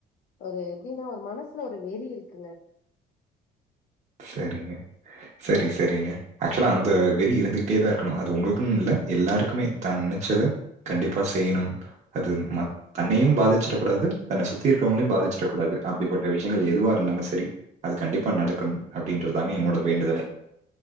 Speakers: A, on the left (about 55°); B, on the right (about 45°).
A: ஒரு எப்டின்னா ஒரு மனசுல ஒரு வெறி இருக்குங்க
B: சரிங்க சரி சரிங்க ஆக்சுவலா அந்த வெறி இருந்துகிட்டே தா இருக்கணு அது உங்களுக்குன்னு இல்ல எல்லாருக்குமே தா நினைச்சத கண்டிப்பா செய்யணு அது மட் தன்னயு பாதிச்சிட கூடாது தன்ன சுத்தி இருக்கிறவங்களையு பாதிச்சிட கூடாது அப்படிப்பட்ட விஷயங்கள் எதுவா இருந்தாலு சரி அது கண்டிப்பா நடக்கணு அப்படின்றதாங்க என்னோட வேண்டுதலே